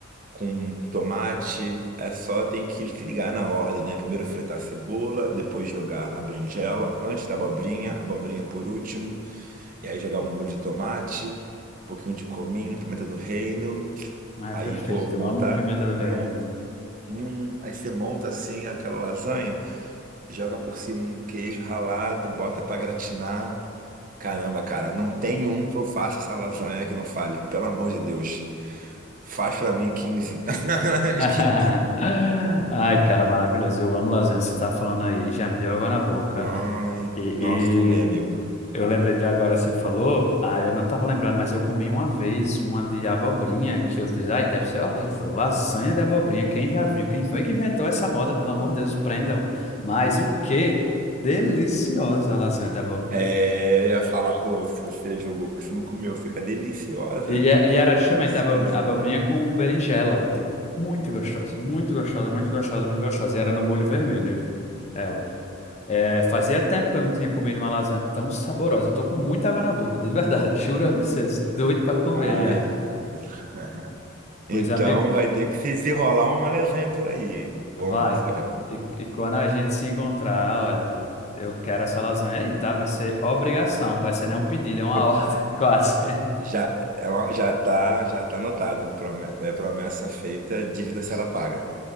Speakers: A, on the right; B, on the left.
A: com tomate. É só tem que se ligar na ordem, né? Primeiro fritar a cebola, depois jogar a berinjela, antes da abobrinha, a abobrinha por último. E aí jogar um molho de tomate, um pouquinho de cominho, pimenta do reino.
B: Ah,
A: Aí,
B: é perfeito,
A: pô, monta,
B: eu amo pimenta do reino.
A: monta, hum, aí você monta assim aquela lasanha, joga por cima um queijo ralado, bota pra gratinar. Caramba, cara, não tem um que eu faça essa lasanha que não fale, pelo amor de Deus. Faz pra mim quinze <laughs>
B: <laughs> Ai, cara, maravilhoso, eu amo lasanha, você tá falando aí, já me deu água na boca.
A: Ai,
B: e
A: nossa, também, amigo.
B: Eu lembrei de agora, você falou, ah, eu não tava lembrando, mas eu comi uma vez uma de abobrinha que eu fiz, ai, deve ser horrível, lasanha de abobrinha, quem já viu, quem foi que inventou essa moda, pelo amor de Deus, prendam. Mas o que deliciosa a lasanha de abobrinha.
A: É, eu ia falar, pô, se você jogou, porque você não comeu, fica deliciosa.
B: E, é- e era justamente
A: Deliciosa.
B: abobri- abobrinha com berinjela, tipo, muito gostosa, muito gostosa, muito gostosa, muito gostosa, e era no molho vermelho. Ela. É, fazia tempo que eu não tinha comido uma lasanha tão saborosa. Eu tô com muita água na boca, de verdade. <laughs> Juro a vocês. Doido pra comer
A: Ai.
B: já.
A: <laughs>
B: Pois,
A: Então
B: amigo,
A: vai ter que se desenrolar uma lasanha por aí, hein? Bom,
B: vai.
A: almoço, daqui a pouco.
B: E, e quando a gente se encontrar, olha, eu quero essa lasanha aí, tá? Vai ser obrigação, vai ser nem um pedido, é uma
A: Pro-
B: ordem, <laughs> quase.
A: Já, é uma- já tá, já tá anotado. Prome- é promessa feita, dívida será paga.